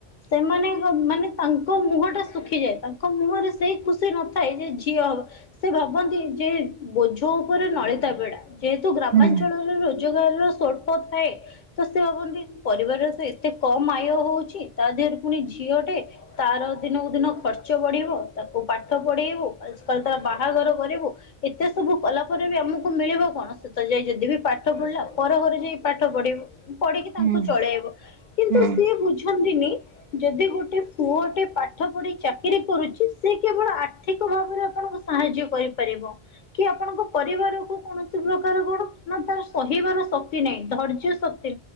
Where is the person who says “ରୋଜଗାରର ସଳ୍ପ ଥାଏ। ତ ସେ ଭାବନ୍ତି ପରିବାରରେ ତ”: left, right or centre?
Left